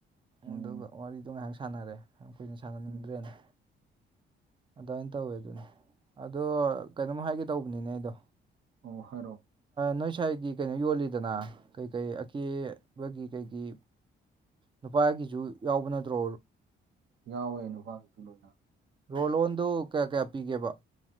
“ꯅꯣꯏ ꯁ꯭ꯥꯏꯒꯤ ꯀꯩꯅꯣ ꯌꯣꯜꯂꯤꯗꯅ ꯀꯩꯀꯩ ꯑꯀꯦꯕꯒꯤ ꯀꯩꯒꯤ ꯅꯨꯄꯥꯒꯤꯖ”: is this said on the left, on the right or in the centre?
Right